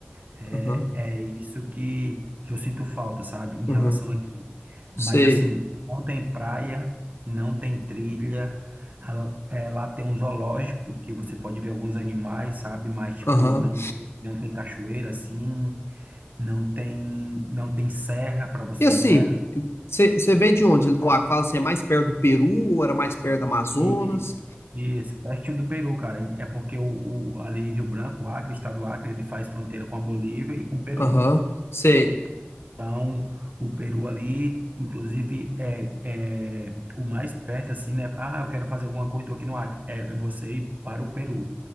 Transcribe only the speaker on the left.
Aham,
aham,
sei.
Aham.
E assim,
você veio de onde? Ele Do Acre? Fala assim, é mais perto do Peru ou era mais perto do Amazonas?
Aham, sei.